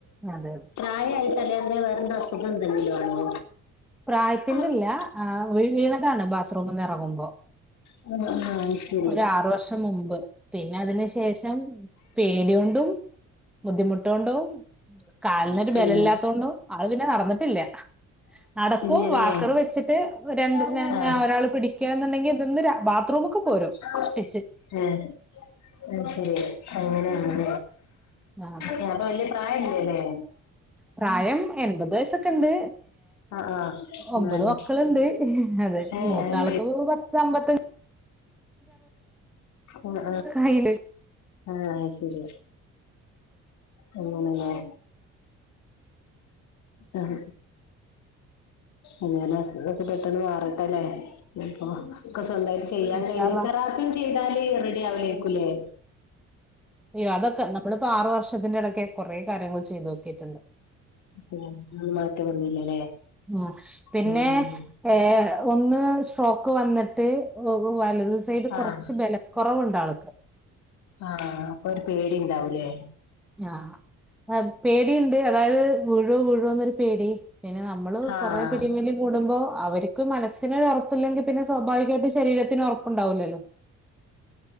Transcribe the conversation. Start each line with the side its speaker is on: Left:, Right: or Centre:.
Centre: അതെ അതെ
Left: ആയായിട്ടല്ലേ അതോ വേറെന്തെലും അസുഖം എന്തെങ്കിലും ആണോ?
Centre: പ്രായത്തിന്റെ
Left: അത്
Centre: ഇല്ല ആ വീണതാണ് ബാത്റൂംന്ന് ഇറങ്ങുമ്പോ
Left: ആഹ് ആഹ് അത് ശരി
Centre: ഒ ആറു വർഷം മുമ്പ് പിന്നെ അതിനു ശേഷം പേടിയോണ്ടും ബുദ്ധിമുട്ടോണ്ടോ കാലിന
Left: പിന്നെ
Centre: ബല ഇല്ലാത്തോൊും ആള് പിന്നെ നടന്നിട്ടില്ല നടക്കും
Left: ഇല്ലല്ലേ
Centre: വാക്കറ് വെച്ചിട്ട് രണ്ട്
Left: ആഹ്
Centre: ഒരാള് പിടിക്കുക എന്നുണ്ടെങ്കിൽ ഇതൊന്ന് ബാത്റൂമൊക്കെ പോരും
Left: ആഹ
Centre: കഷ്ടിച്ച്
Left: ആ ശരി അങ്ങനെയണ
Centre: അതെ
Left: ഞപ്പൊ വല്ിയ പ്രായം ഇല്ലല്ലേ
Centre: പ്രായം എൺപത് വയസ്സൊക്കെ ഉണ്ട്
Left: ആഹ് ആഹ് എന്നാല്
Centre: ഒമ്പത് മക്കളുണ്ട് അതെ
Left: ഏഹ്
Centre: മൂത്താൾക്ക്
Left: അത്
Centre: പത്ത അമ്പത്തഞ്
Left: ആഹ
Centre: ആയിണ്ട്
Left: ആഹ ആഹ ശരി അങ്ങനെ ലെ ആഹ ഉ അ ഞൊക്കെ പെട്ടെന്ന് മാറട്ടല്ലേപ്പൊ സ്വന്തമായി ചെയ്യാൻ
Centre: ഇൻഷാ
Left: കഴിഞ്ഞ
Centre: അള്ളാ
Left: തെറാപ്പി ചെയ്താല് റെഡി ആവലേക്കല്ലേ
Centre: അയ്യോ അതൊക്കെ നമ്മളിപ്പോ ആറു വർഷത്തിന്റെ ഇടക്കെ കുറെ കാര്യങ്ങൾ ചെയ്തു നോക്കിയിട്ടുണ്ട്
Left: ൻ മാറ്റം വന്നില്ലല്ലേ
Centre: ആ പിന്നെ
Left: ഉം ഉം
Centre: ഏ ഒന്ന് ഷ്രോക്ക് വന്നിട്ട് വലത് സൈഡ്
Left: ആഹ്
Centre: കുറച്ച് ബലക്കുറവുണ്ട് ആൾക്ക്
Left: ആഹ അപ്പൊ ഒരു പേടി ഉണ്ടാവൂലേ
Centre: ആ ആഹ് പേടിയിണ്ട്. അതായത് വഴുവ വഴുവ എന്നൊരു പേടി പിന്നെ നമ്മള്
Left: ആഹ്
Centre: കൊറേ പിടിമലും കൂടുമ്പോ അവർ മനസ്സിന് ഒരൊറപ്പ് ല്ലെങ്കിൽ പിന്നെ സ്വാഭാവികമായിട്ട് ശരീരത്തിന് ഉറപ്പുണ്ടാവില്ലല്ലോ